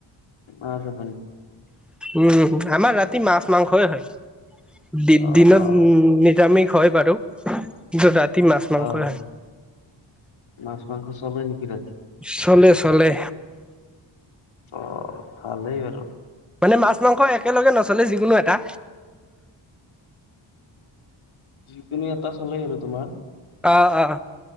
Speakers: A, on the left (about 85°); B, in the centre.
A: আছো <unintelligible>
B: উম, আমাৰ ৰাতি মাছ - মাংসই হয়, দি
A: অ
B: দিনত
A: অ
B: উম নিৰামিষ হয়। <unintelligible> কিন্তু ৰাতি মাছ - মাংস
A: অ
B: হয়।
A: মাছ - মাংস চলে নেকি ৰাত
B: চলে চলে।
A: অ ভালেই বাৰু।
B: মানে মাছ - মাংস একেলগে নচলে যিকোনো এটা।
A: যিকোনো এটা চলে আৰু তোমাৰ।
B: অহ অহ,